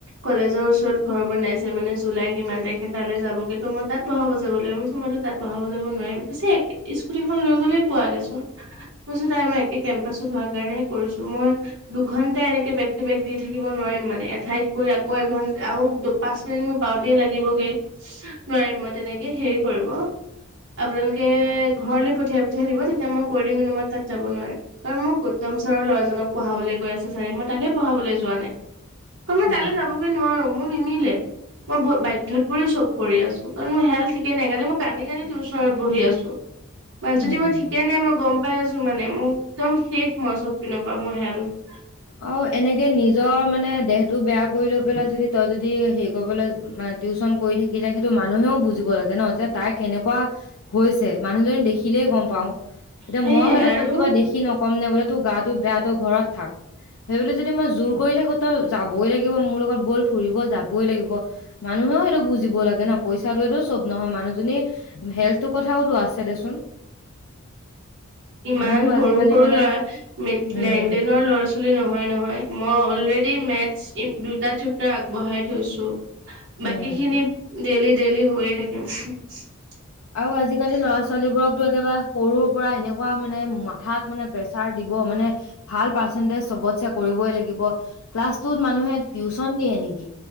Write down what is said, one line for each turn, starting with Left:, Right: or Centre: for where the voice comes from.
Right: কলেজৰ ওচৰত ঘৰ বনাইছে মানে জুলাই কিমান তাৰিখে তালৈ যাবগে তো মই তাত পঢ়াব যাব লাগিব, মইতো তাত পঢ়াব যাব নোৱাৰিম, কৈছে স্কুটিখন লৈ গ'লে পোৱা গৈছোন। মই কৈছোঁ নাই মই একে কেম্পাছত হোৱাৰ কাৰণেহে কৰিছো মই দুঘন্টা এনেকে বেক টু বেক দি থাকিব নোৱাৰিম মানে এঠাইত কৰি আকৌ এঘণ্টা আৰু পাঁচ মিনিট মোৰ পাওঁতে লাগিবগে নোৱাৰিম মই তেনেকে হেৰি কৰিব, আপোনালোকে ঘৰলে পঠিয়াই পঠিয়াই দিব তেতিয়া মই কৈ দিম কিন্তু মই তাত যাব নোৱাৰিম কাৰণ মোৰ গৌতম ছাৰৰ ল'ৰাজনক পঢ়াবলৈ কৈ আছে ছাৰে মই তাকে পঢ়াবলৈ যোৱা নাই। অ, মই
Left: উম,
Right: তালৈ যাবগে নোৱাৰো, মোৰ নিমিলে। মই ব বাধ্যত পৰি চব কৰি আছো। কাৰণ মোৰ হেল্থ ঠিকে নাই কালি মই কান্দি কান্দি টিউচনত বহি আছো। মানিছো
Left: উম।
Right: মই ঠিকে নাই মই গম পাই আছো মানে মোক একদম শেষ মই চব পিনৰ পৰা, মোৰ হেল্থ
Left: অ, এনেকে নিজৰ মানে দেহটো বেয়া কৰি লৈ পেলাই যদি তই যদি হেৰি কৰিবলৈ মানে টিউচন কৰি থাকিলে সেইটো মানুহেও বুজি দিব লাগে নহয় যে তাই কেনেকুৱা হৈছে মানুহজনি দেখি কিলেই গম পাওঁ। এতিয়া
Right: সেইয়াই
Left: মই হ'লে
Right: আৰু
Left: তোক কিবা দেখি নক'ম ‌‌ টো গাটো বেয়া তই ঘৰত থাক। সেই বুলি যদি মই জোৰ কৰি থাকোঁ তই যাবই লাগিব মোৰ লগত বল ফুৰিব যাবই লাগিব। ব মানুহেও সেইটো বুজিব। ব লাগে ন পইচাটোৱেটো। চব নহয় মানুহজনী হেল্থৰ কথাওতো আছে দেচোন।
Right: ইমান
Left: মানুহবোৰ
Right: সৰু
Left: আজিকালি
Right: সৰু
Left: মানে
Right: ল'ৰা
Left: উম
Right: নাইন টেনৰ ল'ৰা ছোৱালী নহয় নহয় মই অলৰেডি মেটচ দুটা চেপ্টাৰ আগবঢ়াই থৈছোঁ।
Left: উম
Right: বাকী খিনিত ডেইলী। ডেইলি হৈয়ে থাকে।
Left: আও আজিকালি ল'ৰা ছো ' ছোৱালীবোৰকতো একেবাৰে সৰুৰ পৰা এনেকুৱা মানে মাক থাঠাত মানে প্ৰেছাৰ। দিব মানে ভাল পাৰছেনন্টেজ চবতছে কৰিবই লাগিব। ক্লাছ টুত মানুহে টিউচন দিয়ে নেকি